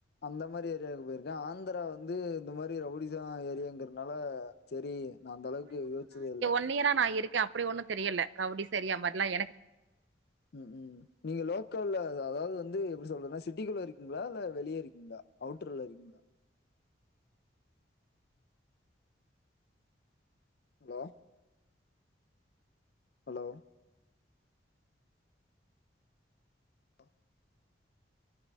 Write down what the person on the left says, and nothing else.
அந்த மாரி ஏரியாக்கு போயிருக்கே ஆந்ரா வந்து இந்த மாரி ரவுடிசான ஏரியாங்கிறனால சரி நா அந்த அளவுக்கு யோச்சதே இல்ல
ம் ம் நீங்க லோக்கல்ல அதாவது வந்து எப்படி சொல்றது நா சிட்டிக்குள்ள இருக்கிங்ளா இல்ல வெளிய இருக்கிங்ளா அவுட்டர்ல இருக்கிங்ளா ஹலோ ஹலோ அ